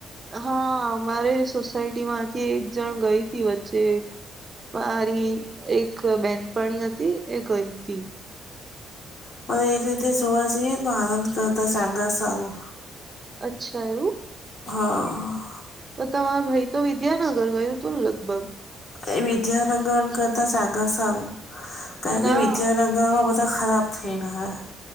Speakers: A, on the right; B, on the left.
A: હા, અમારે સોસાયટી માંથી એક જણ ગઈતી વચ્ચે. મારી એક બેનપણી હતી એ ગઈ તી.
B: પણ એક રીતે જોવા જઈએ તો આનંદ કરતા ચાંગા સારું.
A: અચ્છા એવું.
B: હા.
A: તો તમારો ભાઈ તો વિદ્યાનગર ગયું તું ને લગભગ.
B: એ વિદ્યાાનગર કરતા સાગા સારું કારણ
A: ના
B: કે વિદ્યાન નાના બધા ખરાબ થઈલા હે.